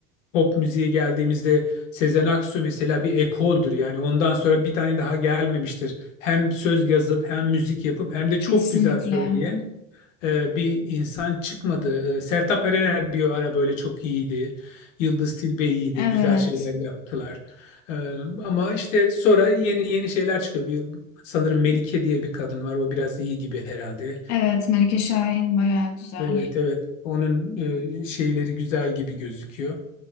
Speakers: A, on the left; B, on the left.
A: pop müziğe geldiğimizde Sezen Aksu mesela bir ekoldur yani ondan sonra bir tane daha gelmemiştir. Hem söz yazıp hem müzik yapıp hem de
B: Kesinlikle.
A: çok güzel söyleyen e, bir insan çıkmadı. E, Sertab Erener bir ara böyle çok iyiydi. Yıldız Tilbe iyiydi.
B: Evet.
A: Güzel şeyler yaptılar. E, ama işte sonra yeni yeni şeyler çıkıyor. Bir, sanırım Melike diye bir kadın var. O biraz iyi gibi herhalde.
B: Evet. Melike Şahin bayağı güzel.
A: Evet evet onun e, şeyleri güzel gibi gözüküyor.